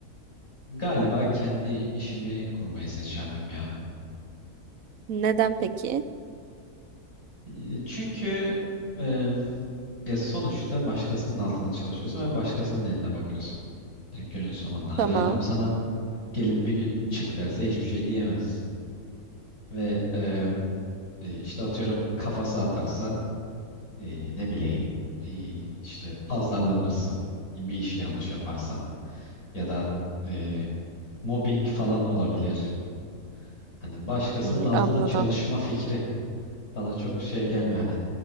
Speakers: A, on the left; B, on the right.
A: galiba kendi işimi kurmayı seçerdim ya.
B: Neden peki?
A: E, Çünkü e, ya sonuçta başkasının altında çalışıyorsun ve başkasının eline bakıyorsun. E, günün sonunda.
B: Tamam.
A: Hani adam sana gelip bir gün çık derse hiçbir şey diyemez. Ve e, e, işte atıyorum kafası atarsa e, ne bileyim e, işte azarlanırsın. Bir işi yanlış yaparsan ya da e, mobbing falan olabilir. Hani başkasının
B: Hmm,
A: altında
B: anladım.
A: çalışma fikri bana çok şey gelmiyor. Hani